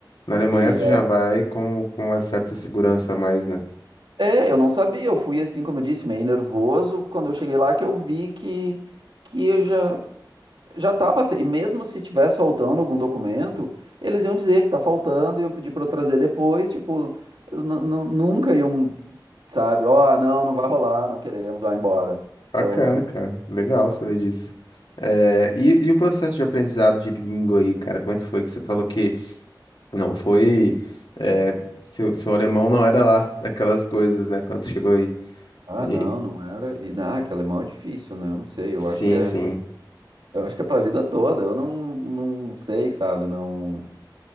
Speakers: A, on the left (about 70°); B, on the right (about 85°).
A: Na Alemanha
B: E
A: tu já vai com, com uma certa segurança a mais, né?
B: É, eu não sabia, eu fui assim, como eu disse, meio nervoso quando eu cheguei lá que eu vi que, que eu já já estava, e mesmo se tivesse faltando algum documento, eles iam dizer que tá faltando, iam pedir para eu trazer depois, tipo, eles nu- nu- nunca iam, sabe, ó, não, não vai rolar, não queremos, vai embora.
A: Bacana,
B: Então,
A: cara. Legal saber disso. É, e, e o processo de aprendizado de língua aí, cara, como é que foi? Que você falou que não foi. é, seu, seu alemão não era lá aquelas coisas, né? Quando chegou aí.
B: ah,
A: E-
B: não, não era, e não, que alemão é difícil, né? Eu não sei, eu
A: sim,
B: acho que é,
A: sim.
B: eu acho que é para vida toda, eu não, não sei, sabe, não.